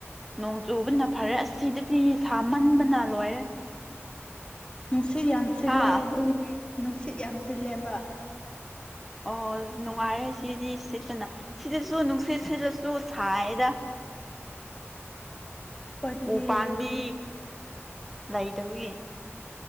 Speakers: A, in the centre; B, on the left (about 20°).
A: ꯅꯣꯡ ꯆꯨꯕꯅ ꯐꯔꯦ ꯑꯁꯤꯗꯗꯤ ꯁꯥꯃꯟꯕꯅ ꯂꯣꯏꯔꯦ
B: ꯅꯨꯡꯁꯤꯠ ꯌꯥꯝꯁꯤꯜꯂꯦ
A: ꯍꯥ
B: ꯑꯗꯨꯒꯤꯅꯦ ꯅꯨꯡꯁꯤꯠ ꯌꯥꯝ ꯁꯤꯜꯂꯦꯕ
A: ꯑꯣ ꯅꯨꯡꯉꯥꯏꯔꯦ ꯁꯤꯗꯤ ꯁꯤꯠꯄꯅ ꯁꯤꯗꯁꯨ ꯅꯨꯡꯁꯤꯠ ꯁꯤꯗꯁꯨ ꯁꯥꯏꯗ
B: ꯑꯩꯈꯣꯏꯗꯗꯤ
A: ꯎ ꯄꯥꯟꯝꯕꯤ ꯂꯩꯇꯕꯒꯤ